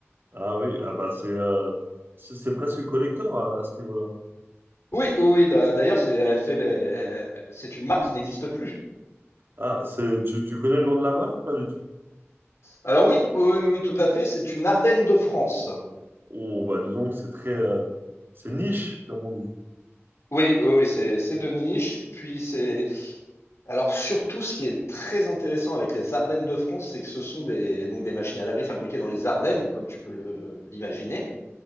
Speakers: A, on the right; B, on the left.
A: Ah oui, ah bah c'est euh, c'est c'est presque collector à, à ce niveau-là.
B: Oui, oui, oui, d'a- d'ailleurs, c'est, elle fait, euh, c'est une marque qui n'existe plus.
A: Ah, c'est tu, tu connais le nom de la marque ou pas du tout?
B: Alors oui, oui, oui, oui, tout à fait, c'est une Ardenne de France.
A: Oh bah dis donc, c'est très euh, c'est niche comme on dit.
B: Oui, oui, oui, c'est c'est de niche. Puis c'est alors surtout ce qui est très intéressant avec les Ardennes de France, c'est que ce sont des donc des machines à laver fabriquées dans les Ardennes, comme tu peux le l'imaginer.